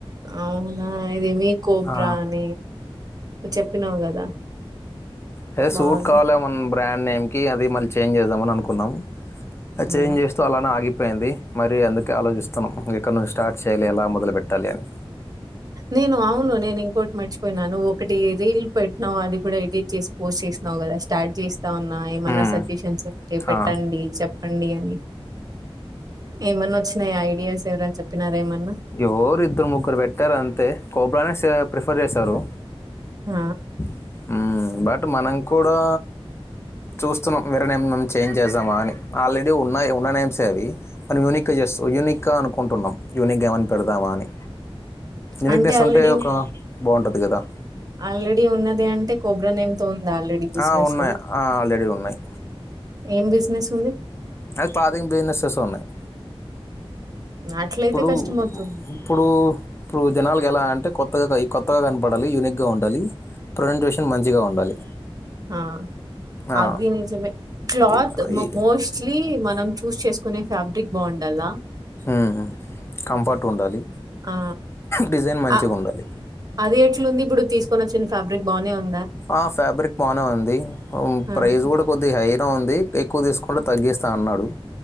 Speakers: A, on the right; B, on the left.
A: అవునా ఇది మీ కోబ్రా
B: ఆ!
A: అని నువ్వు చెప్పినావు కదా
B: అది
A: బాగుంది
B: సూట్ కాలా మన బ్రాండ్ నేమ్కి అది మళ్ళీ చేంజ్ చేద్దామని అనుకున్నాం అది
A: ఉమ్.
B: చేంజ్ చేస్తే అలానే ఆగి పోయింది మరి అందుకే ఆలోచిస్తున్నాం ఎక్కడ నుంచి స్టార్ట్ చేయాలి ఎలా మొదలుపెట్టాలి అని
A: నేను అవును నేను ఇంకోటి మర్చిపోయినా నువ్వు ఒకటి రీల్ పెట్టినావు అది కూడా ఎడిట్ చేసి పోస్ట్ చేస్ ఓ గదా స్టార్ట్ చేస్ ఇస్తా ఉన్నా ఏమన్నా
B: మ్మ్.
A: సజెషన్స్ ఉంటే పెట్టండి
B: ఆ.
A: చెప్పండి అని ఏమన్నా వచ్చినాయ ఐడియాస్ ఎవరని చెప్పినారా ఏమన్నా
B: ఎవరు ఇద్దరు ముగ్గురు పెట్టారు అంతే కోబన్ సే ప్రిఫర్ చేశారు
A: ఆ
B: ఉమ్ బట్ మనం కూడా చూస్తున్నాం విరని ఏ చేంజ్ చేసామా అని ఆల్రెడీ ఉన్నయి ఉన్న నేమ్స్ అవి మనం యూనిక్గా చేస్త యూనిక్ గా అనుకుంటున్నాం యూనిక్గా అని పెడదామా అని యూనిక్నెస్
A: అంటే ఆల్రెడీ
B: ఉంటే ఒక బాగుంటుంది కదా
A: ఆల్రెడీ ఉన్నది అంటే కోబ్రా నేమ్ తో ఉందా ఆల్రెడీ బిజినెస్
B: ఆ ఉన్నాయి ఆ ఆల్రెడీ ఉన్నాయి
A: ఏం బిజినెస్ ఉంది
B: అది క్లాతింగ్ బిజినెసెస్ ఉన్నాయి
A: అట్లయితే
B: ఇప్పుడు
A: కష్టం అవుతుంది
B: ఇప్పుడు ఇప్పుడు జనాలకి ఎలా అంటే కొత్తగా కొత్తగా కనపడాలి యూనిక్ గా ఉండాలి ప్రెసెంటేషన్ మంచిగా ఉండాలి
A: ఆ
B: ఆ,
A: అవి నిజమే క్లాత్
B: ఈ- ఈ-
A: మోస్ట్లీ మనం చూస్ చేసుకు కొనే ఫ్యాబ్రిక్ బాగుండల్ల
B: మ్ కంఫర్ట్ ఉండాలి
A: ఆ!
B: డిజైన్ మంచిగుండాలి
A: అ అది ఎట్లుంది ఇప్పుడు తీసుకని వచ్చిన ఫాబ్రిక్ బానే ఉం
B: ఆ ఫ్యాబ్రిక్ బానే ఉంది
A: ఆ!
B: ప్రైస్ కూడా కొద్దిగ హై ఉంది ఎక్కువ తీసుకుంటె తగ్గిస్తా అన్నాడు